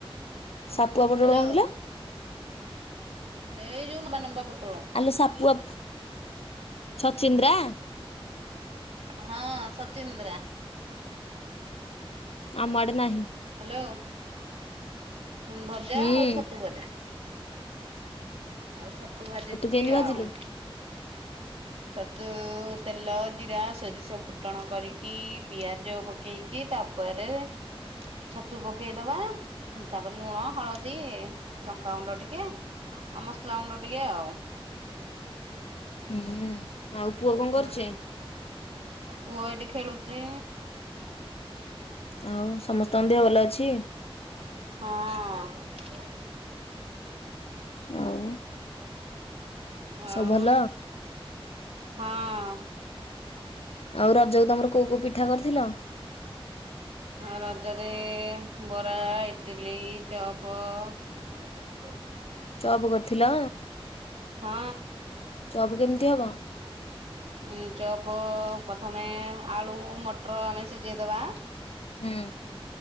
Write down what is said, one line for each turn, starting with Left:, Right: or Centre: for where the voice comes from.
Left: ସାପୁଆ ପୋଟଳ
Right: ହ୍ୟାଲୋ
Left: କଣ କିଲୋ?
Right: ହେଇ ଯଉ ନମ୍ବା ନମ୍ବା ପୋଟ୍
Left: ଆଲୋ ସାପୁଆ ଛଚିନ୍ଦ୍ରା?
Right: ହଁ ସଚିନ୍ଦ୍ରା।
Left: ଆମ ଆଡେ ନାହିଁ।
Right: ହ୍ୟାଲୋ ହୁଁ ଭଜା
Left: ହୁଁ
Right: ଆଉ ଛତୁ ଭଜା। ଆଉ ଛତୁ ଭାଜିିଛି
Left: କେମିତି ଭାଜିଲୁ?
Right: ଆଉ। ଛତୁ ତେଲ ଜିରା ସୋରିଷ ଫୁଟଣ କରିକି ପିଆଜ ପକେଇକ କି ତାପରେ ଛତୁ ପକେଇଦବା ତାପରେ ଲୁଣ ହଳଦୀ ଲଙ୍କାଗୁଣ୍ଡ ଟିକେ ଆ ମସଲା ଗୁଣ୍ଡ ଟିକେ ଆଉ।
Left: ହୁଁ ଆଉ ପୁଅ କଣ କରୁଚି?
Right: ହୁଁ ପୁଅ ଏଠି ଖେଳୁଚି।
Left: ଆଉ ସମସ୍ତଙ୍କ ଦେହ ଭଲ ଅଛି।
Right: ହଁ।
Left: ଆଉ।
Right: ଆଉ
Left: ସବୁ ଭଲ
Right: ହଁ।
Left: ଆଉ ରଜକୁ ତମର କୋଉ କୋଉ ପିଠା କରିଥିଲ?
Right: ଆ ରଜରେ ବରା ଇଟିଲି ଚପ <inaudible>
Left: ଚପ୍ କରିଥିଲ।
Right: ହଁ।
Left: ଚପ କେମିତି ହଵ?
Right: ଉ ଚପ ପଥମେ ଆଳୁ ମଟର ଆମେ ସିଜେଇଦବା।
Left: ହୁଁ।